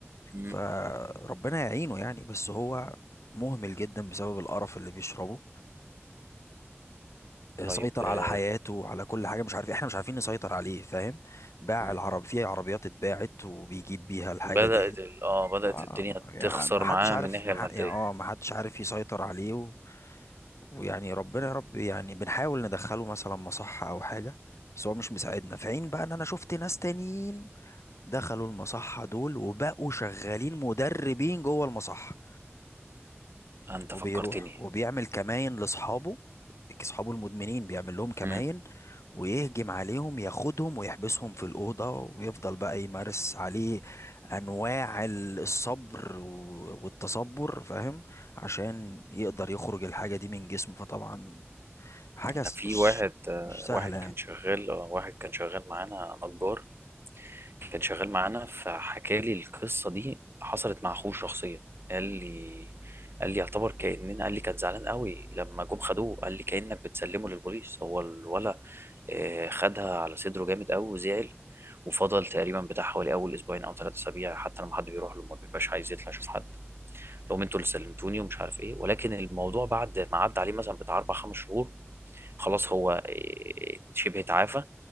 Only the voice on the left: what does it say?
فربنا يعينه يعني بس هو مهمل جدا بسبب القرف اللي بيشربه
سيطر
على حياته وعلى كل حاجه مش عارف احنا مش عارفين نسيطر عليه فاهم باع
العرب في عربيات اتباعت وبيجيب بيها الحاجه
ديت
آه،
يعني
ما حدش
عارف
ما
ح- يعني اه ما حدش عارف يسيطر عليه و... ويعني ربنا يا رب يعني بنحاول ندخله مثلا مصحه او حاجه بس هو مش مساعدنا في عين بقى ان انا شفت ناس تانيين دخلوا المصحه دول وبقوا شغالين مدربين جوه المصحه
وبيروح
وبيعمل كماين لاصحابه اصحابه المدمنين بيعمل لهم كماين
ويهجم عليهم ياخدهم ويحبسهم في الأوضة ويفضل بقى يمارس عليه أنواع ال- الصبر و- والتصبر فاهم عشان يقدر يخرج الحاجة دي من جسمه فطبعا حاجة
س-
مش
مش سهلة
يعني